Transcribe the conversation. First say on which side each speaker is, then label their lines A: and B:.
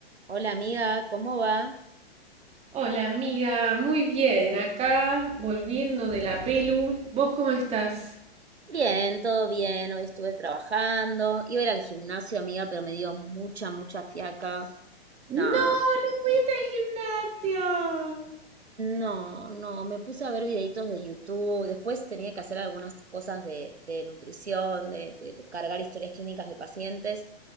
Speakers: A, on the right; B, on the right.
A: Hola amiga, ¿cómo va?
B: Hola amiga, muy bien, acá volviendo de la pelu. ¿Vos cómo estás?
A: Bien, todo bien. Hoy estuve trabajando. Iba a ir al gimnasio, amiga, pero me dio mucha, mucha fiaca.
B: No,
A: Nada.
B: no fuiste al gimnasio.
A: No, no, me puse a ver videitos de YouTube. Después tenía que hacer algunas cosas de, de nutrición, de, de cargar historias clínicas de pacientes,